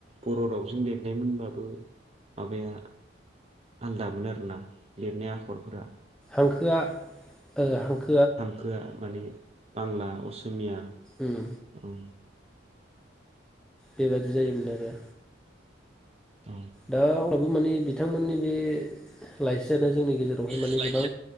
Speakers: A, on the right (about 35°); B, in the centre.
A: बर' रावजों लिरनायमोनबाबो माबाया आलदामोन आरोना लिरनाय आखरफोरा।
B: हांखोआ ओ हांखो
A: हांखोआ माने बांला असमिया
B: उम
A: औ।
B: बेबायादि जायोमोन आरो
A: औ
B: दा अब्लाबो मानिे बिथांमोननि बे लाइसियानो जोंनि गेजेरावहाय माने
A: औ
B: गोबां
A: औ